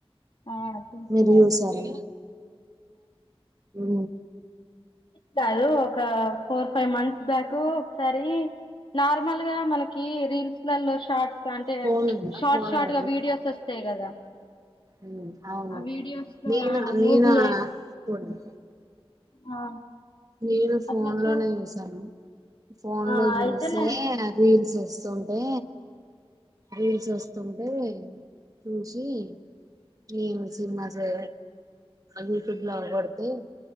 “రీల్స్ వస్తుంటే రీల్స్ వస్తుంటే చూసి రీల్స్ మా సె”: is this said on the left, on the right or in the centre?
Right